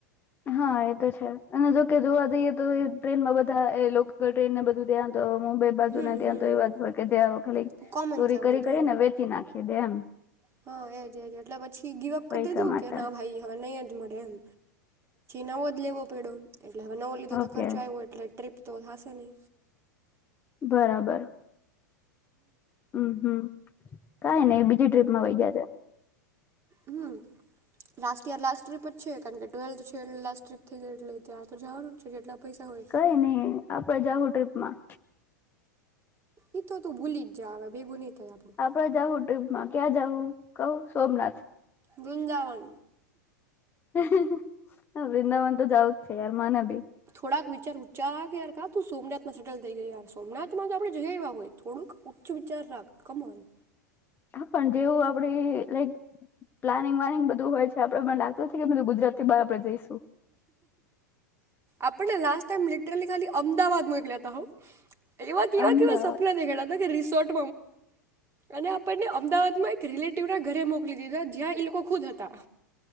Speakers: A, on the left; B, on the right.
A: હા એ તો છે, અને જોકે જોવા જઈએ તો ટ્રેનમાં બધા એ લોકલ ટ્રેનને બધું ધ્યાન તો મુંબઈ બાજુને
B: હમ
A: ત્યાં
B: હમ
A: તો એ વાત હોય કે ત્યાં ખાલી,
B: કોમન
A: ચોરી
B: છે આવું
A: કરી
B: બધું
A: કરી
B: એમ
A: ને વેચી નાખી દે એમ.
B: હા એજ એજ એટલે પછી ગીવઅપ
A: પૈસા
B: કરી દીધું
A: માટે
B: કે ના ભાઈ હવે નયજ મળે એમ. નવોજ લેવો પયડો. એટલે હવે નવો લીધો તો
A: ઓકે
B: ખર્ચો આવ્યો એટલે ટ્રીપ તો થાશે નય.
A: બરાબર હમ હમ. કઈ નને બીજી ટ્રીપમાં વહી ગયા છે.
B: હમ લાસ્ટ યર લાસ્ટ ટ્રીપ જ છે કારણ કે ટ્વેલ્થ છે એ લાસ્ટ ટ્રીપ થઈ ગઈ એટલે ત્યાર તો જવાનું છે. પૈસા હોય એટલા
A: કઈ નઈ આપડ જાહું ટ્રીપમાં.
B: એ તો તું ભૂલી જ જ હ ભેગું થાય આપણું
A: આપણે જહુ ટ્રીપ ક્યાં જવું કવ સોમનાથ.
B: વૃંદાવન.
A: <inaudible> હ વૃંદાવન તો જવું જ છે યાર મને બી.
B: થોડાક વિચાર ઉચ્ચાર રાખ યાર કા તું સોમનાથમાં સેટલ થઈ ગય યાર સોમનાથમાં તો આપણે જઈયા હોય થોડુંક ઉચ્ચ વિચાર રાખ કમાનું.
A: હા પણ જેવું આપડી લાઈક, પ્લાનિંગ વાનિંગ બધું હોય છે આપડે મને લાગતું નથી કે બધું ગુજરાતી બહ આપડે જઈશું.
B: આપણને લાસ ટાઈમ લિટરલી ખાલી અમદાવાદમાંલે હતા. એવા કેવા
A: અમદાવાદ
B: કેવા સપના દેખાયડા હતા કે રિસોર્ટ અને અમદાવાદ એક ર ના ઘરે મોકલી દીધા જ્યાં એ લોકો ખુદ હતા.